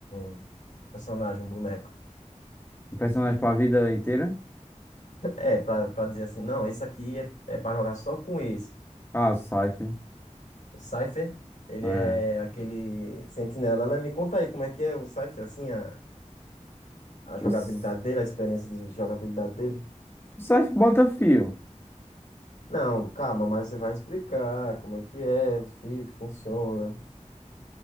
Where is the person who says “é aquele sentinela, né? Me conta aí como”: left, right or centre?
Left